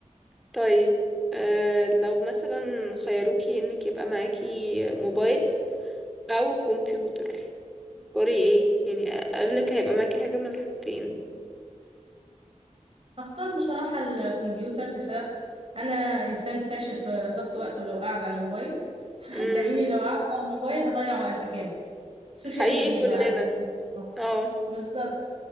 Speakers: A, in the centre; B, on the right.
A: طيب آه لو مثلا خيروكي انك يبقى معاكي موبايل او كمبيوتر تذكري ايه يعني اقولك هيبقى معاكي حاجه من الحاجتين
B: هختار بصراحة الكمبيوتر لسبب أنا إنسان فاشل في ضبط وقته لو قاعد على الموبايل <laughs> فهتلاقيني
A: امم
B: لو قعدت على الموبايل هضيع وقتي جامد السوشيال
A: حقيقي
B: ميديا
A: كلنا
B: بقى هتلاقيني
A: اه
B: بالظبط